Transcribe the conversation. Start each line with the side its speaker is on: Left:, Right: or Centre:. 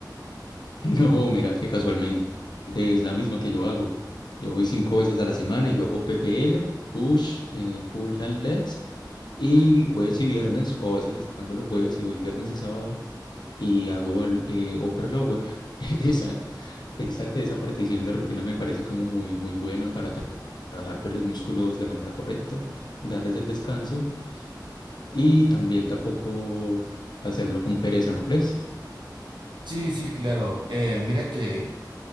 Left: <laughs> No, mira que casualmente es la misma que yo hago. Yo voy cinco veces a la semana y yo hago PPL, push, eh, pull and legs, y jueves y viernes, o a veces descanso los jueves y voy viernes y sábado, y hago el eh, upper lower. <laughs> Esa, esa, que esa partición de rutina me parece como muy, muy buena para tra- trabajar pues, los músculos de manera correcta, darles el descanso Y también tampoco hacerlo con pereza, ¿no crees?
Right: Sí, sí, claro. Eh, mira que,